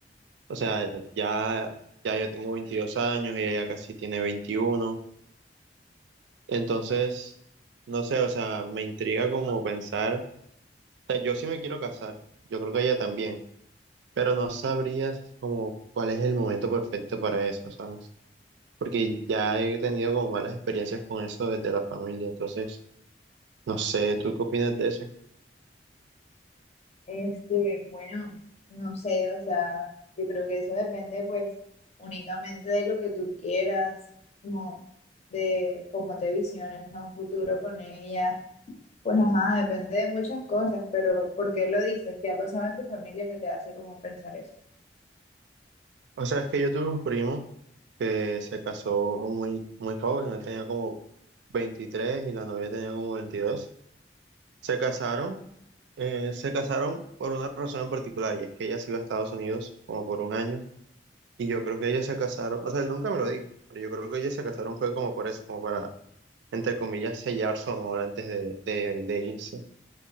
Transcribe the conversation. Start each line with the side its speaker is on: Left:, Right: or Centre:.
Right: O sea, ya, ya yo tengo 22 años, ella ya casi tiene 21. Entonces, no sé, o sea, me intriga como pensar, o sea, yo sí me quiero casar, yo creo que ella también, pero no sabrías como cuál es el momento perfecto para eso, ¿sabes? Porque ya he tenido como malas experiencias con eso desde la familia, entonces, no sé, ¿tú qué opinas de eso?
Left: Este, bueno, no sé, o sea, yo creo que eso depende pues únicamente de lo que tú quieras, como de cómo te visiones a un futuro con ella. Pues ajá, depende de muchas cosas, pero ¿por qué lo dices? ¿Qué ha pasado en tu familia que te hace como pensar eso?
Right: O sea, es que yo tuve un primo que se casó muy, muy joven, él tenía como 23 y la novia tenía como 22. Se casaron, eh, se casaron por una razón en particular, y es que ella se iba a Estados Unidos como por un año, y yo creo que ellos se casaron, o sea, él nunca me lo dijo, pero yo creo que ellos se casaron fue como por eso, como para, entre comillas, sellar su amor antes de, de, de irse.